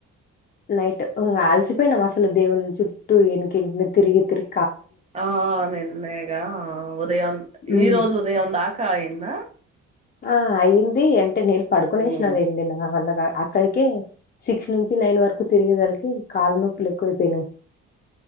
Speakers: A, on the left; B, on the right.
A: నైట్ ఉంగ అలిచిపోయినామ్ అసలు దేవుని చుట్టు ఎనికెనికనె తిరిగి తిరి
B: ఆ నిన్నేగా ఉదయమ్
A: ఉమ్
B: ఈ రోజు ఉదయం దాక అయిందా
A: ఆ అయ్యింది అంటే నేను పడుకునేసినా
B: ఉమ్
A: లేండి నా వల్లగా అక్కడికే సిక్స్ నుంచి నైన్ వరకు తిరిగేదలకే కాళ్ళ నొప్పులు ఎక్కువైపోయినాయ్